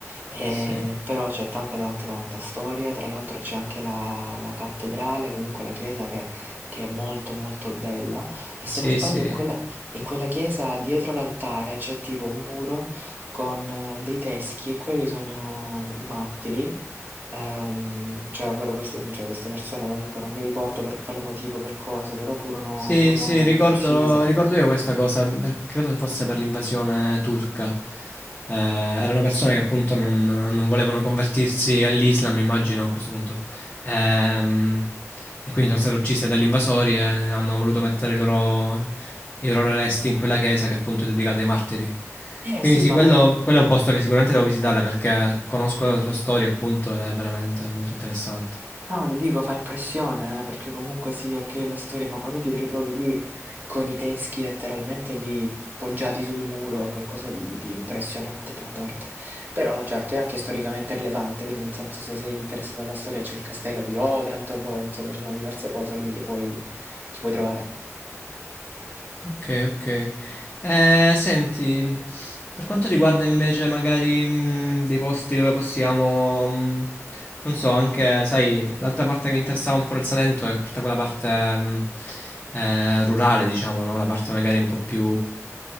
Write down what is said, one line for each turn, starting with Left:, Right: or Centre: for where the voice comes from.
Right: E-
Left: Sì,
Right: però c'è tanta, tanta, tanta storia, tra l'altro c'è anche la, la cattedrale, comunque la chiesa che, che è molto, molto bella. E
Left: sì,
Right: se non sbaglio,
Left: sì.
Right: in quella, in quella chiesa dietro l'altare c'è tipo un muro con eh, dei teschi, e quelli sono i martiri. Ehm, cioè ovvero queste mhmm, cioè queste persone comunque non mi ricordo per quale motivo, per cosa, però furono
Left: Sì,
Right: furono
Left: sì, ricordo,
Right: uccise.
Left: ricordo io questa cosa, perché credo fosse per l'invasione turca. Eh, erano persone che appunto non, non volevano convertirsi all'Islam, immagino a questo punto. Ehm, e quindi sono state uccise dagli invasori e hanno voluto mettere i loro, i loro resti in quella chiesa che appunto è dedicata ai martiri.
Right: Eh
Left: Quindi
Right: sì,
Left: sì,
Right: ma
Left: quello,
Right: fa im
Left: quello è un posto che sicuramente devo visitare perché conosco la sua storia appunto ed è veramente molto interessante.
Right: no, ti dico, fa impressione, eh, perché comunque sì, okay, la storia, ma quando ti ritrovi lì con i teschi letteralmente lì poggiati sul muro, è qualcosa di di impressionante da una parte. Però certo, è anche storicamente rilevante, quindi nel senso se sei interessato alla storia c'è il castello di Otranto, poi insomma ci sono diverse cose lì che puoi che puoi trovare.
Left: Ok, ok. Eh, senti, per quanto riguarda invece magari mh, dei posti dove possiamo, mh, non so, anche, sai, l'altra parte che mi interessava un po' del Salento è tutta quella parte mh, eh, rurale, diciamo, no? La parte magari un po' più